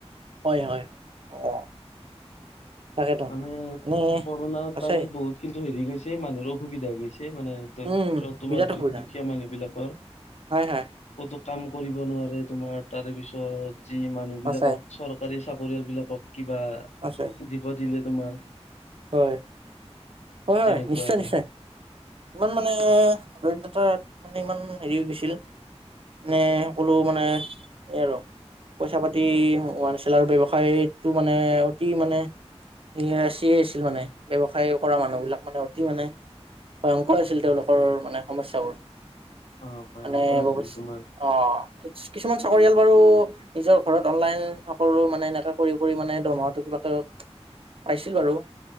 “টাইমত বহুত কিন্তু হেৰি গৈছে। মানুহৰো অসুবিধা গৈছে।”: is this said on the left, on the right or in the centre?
Left